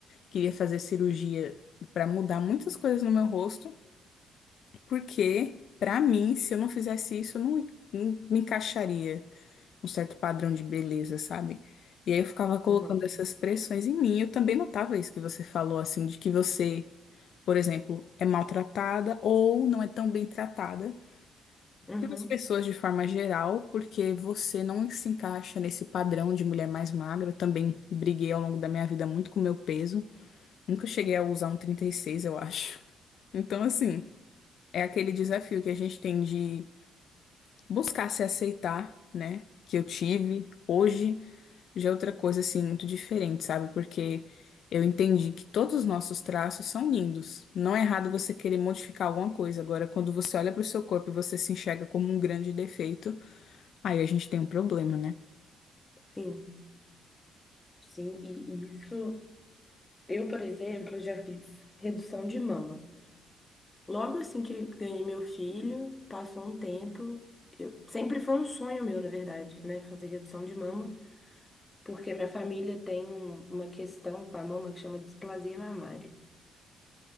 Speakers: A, on the left (about 65°); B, on the left (about 20°).
A: queria fazer cirurgia para mudar muitas coisas no meu rosto, porque, para mim, se eu não fizesse isso, eu não, não me encaixaria um certo padrão de beleza, sabe? E aí eu ficava colocando
B: Uhum.
A: essas pressões em mim. Eu também notava isso que você falou, assim, de que você por exemplo, é maltratada ou não é tão bem tratada
B: Uhum.
A: pelas pessoas de forma geral, porque você não se encaixa nesse padrão de mulher mais magra. Eu também briguei ao longo da minha vida muito com o meu peso. Nunca cheguei a usar um 36, eu acho. <laughs> Então, assim, é aquele desafio que a gente tem de buscar se aceitar, né? Que eu tive hoje. Já é outra coisa, assim, muito diferente, sabe? Porque eu entendi que todos os nossos traços são lindos. Não é errado você querer modificar alguma coisa. Agora, quando você olha para o seu corpo e você se enxerga como um grande defeito, aí a gente tem um problema, né?
B: Sim, sim. E, e isso, eu, por exemplo, já fiz redução de mama. Logo assim que ganhei meu filho, passou um tempo. Eu, sempre foi um sonho meu, na verdade, né? Fazer redução de mama, porque minha família tem um- uma questão com a mama que chama displasia mamária.